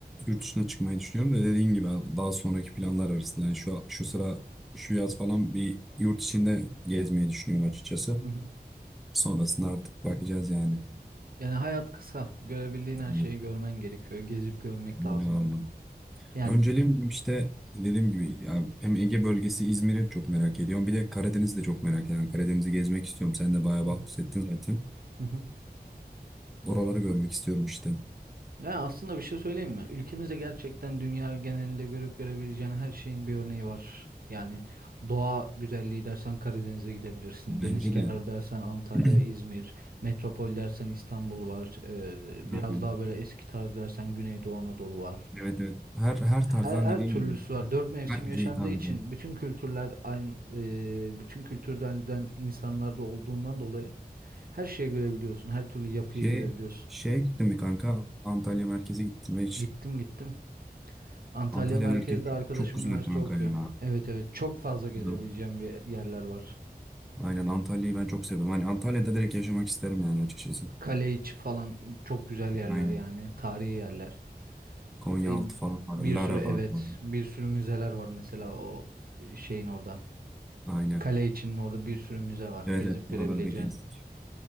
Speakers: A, in the centre; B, on the right.
A: yurt dışına çıkmayı düşünüyorum da dediğin gibi abi, daha sonraki planlar arasında yani şu şu sıra şu yaz falan bir yurt içinde gezmeyi düşünüyorum açıkçası.
B: Hı hı.
A: Sonrasında artık bakacağız yani.
B: Yani hayat kısa. Görebildiğin her
A: <laughs>
B: şeyi görmen gerekiyor. Gezip görmek
A: Böyle
B: lazım.
A: var mı?
B: Yani
A: Önceliğim işte dediğim gibi ya hem Ege bölgesi İzmir'i çok merak ediyorum. Bir de Karadeniz'i de çok merak ediyorum. Yani Karadeniz'i gezmek istiyorum. Sen de bayağı
B: Hı hı.
A: bahsettin zaten.
B: Hı hı.
A: Oraları görmek istiyorum işte.
B: Ya aslında bir şey söyleyeyim mi? Ülkemizde gerçekten dünya genelinde görüp görebileceğin her şeyin bir örneği var. Yani doğa güzelliği dersen Karadeniz'e gidebilirsin.
A: Bence
B: Deniz kenarı
A: de
B: dersen Antalya,
A: <clears throat>
B: İzmir. Metropol dersen İstanbul var. Ee,
A: aynen.
B: biraz daha böyle eski tarz dersen Güneydoğu Anadolu var.
A: Evet evet. Her her
B: Her,
A: tarzdan
B: her
A: dediğim
B: türlüsü
A: gibi
B: var. Dört mevsim
A: herkese
B: yaşandığı
A: hitap
B: için
A: eden.
B: bütün kültürler aynı, e, bütün kültürlerden insanlar da olduğundan dolayı her şeyi görebiliyorsun. Her türlü yapıyı
A: Şey,
B: görebiliyorsun.
A: şeye gittin mi kanka? Antalya merkeze gittim ve hiç.
B: Gittim gittim. Antalya
A: Antalya
B: merkezde
A: merkez
B: arkadaşım
A: çok güzel
B: üniversite
A: kanka
B: okuyor.
A: ya.
B: Evet evet çok fazla gezebileceğim
A: Hı.
B: bir yerler var.
A: Aynen Antalya'yı ben çok seviyorum. Hani Antalya'da direkt yaşamak isterim yani açıkçası.
B: Kale içi falan çok güzel yerler
A: Aynen.
B: yani tarihi yerler.
A: Konyaaltı
B: E,
A: falan var.
B: bir
A: Lara
B: sürü evet
A: var. var.
B: bir sürü müzeler var mesela o şeyin orada.
A: Aynen.
B: Kale içinin orada bir sürü müze var
A: Evet
B: gezip
A: evet
B: görebileceğin.
A: oraları da gezdik.